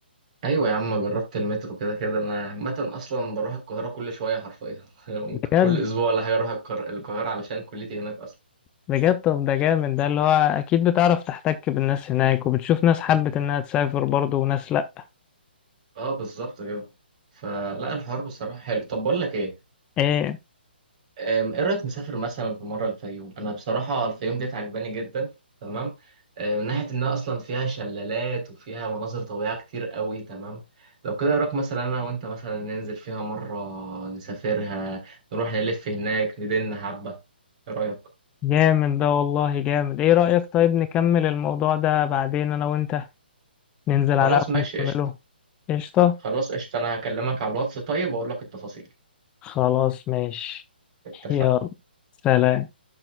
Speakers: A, on the right; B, on the left.
A: ايوه يا عم جربت المترو كده كده انا عامة اصلا بروح القاهرة كل شوية حرفيا <laughs> ممكن
B: بجد
A: كل اسبوع ولا حاجة اروح القر- القاهرة علشان كليتي هناك اصلا
B: بجد طب ده جامد ده اللي هو اكيد بتعرف تحتك بالناس هناك وبتشوف ناس حبت انها تسافر برضه وناس لا
A: اه بالظبط كده فلا الحوار بصراحة حلو طب بقول لك ايه
B: ايه
A: أم، ايه رأيك نسافر مثلا في مرة الفيوم انا بصراحة الفيوم ديت عجباني جدا تمام أم، من ناحية انها اصلا فيها شلالات وفيها مناظر طبيعية كتير قوي تمام لو كده إيه رأيك مثلا انا وانت مثلا ننزل فيها مرة نسافرها نروح نلف هناك ندن حبة ايه رأيك
B: جامد ده والله جامد ايه رأيك طيب نكمل الموضوع ده بعدين انا وانت ننزل على
A: خلاص
B: قهوة
A: ماشي
B: نكمله
A: قشطة
B: قشطة
A: خلاص قشطة انا هكلمك على الواتس طيب واقول لك التفاصيل
B: خلاص ماشي
A: اتفقنا
B: يلا سلام